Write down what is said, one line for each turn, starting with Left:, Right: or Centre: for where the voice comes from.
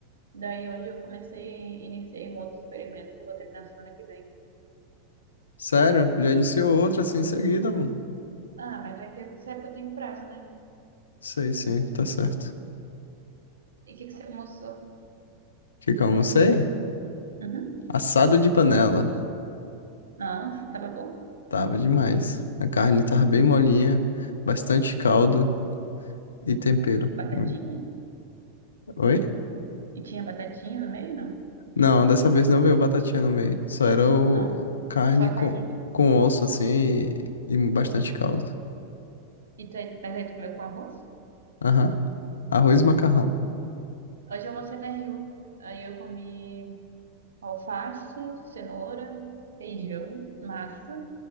Right: Daí hoje eu comecei, iniciei um outro experimento que eu vou terminar semana que vem.
Left: Sério? Já iniciou outra assim em seguida, amor?
Right: Ah, mas é que sabe que eu tenho prazo, né?
Left: Sei, sim, tá certo.
Right: E o que que você almoçou?
Left: que que eu almocei?
Right: Uhum.
Left: Assado de panela.
Right: Nossa, tava bom.
Left: Tava demais. A carne tava bem molinha, bastante caldo e tempero.
Right: E Batatinha?
Left: Hum. Oi?
Right: E tinha batatinha no meio, não?
Left: Não, dessa vez não veio batatinha no meio. Só era o
Right: Não,
Left: carne
Right: só
Left: com,
Right: carninha.
Left: com osso assim e, e bastante caldo.
Right: E tu, aí- mas aí tu comeu com arroz?
Left: Aham. Arroz e macarrão.
Right: Hoje eu almocei na Rio. Aí eu comi alface, cenoura, feijão, massa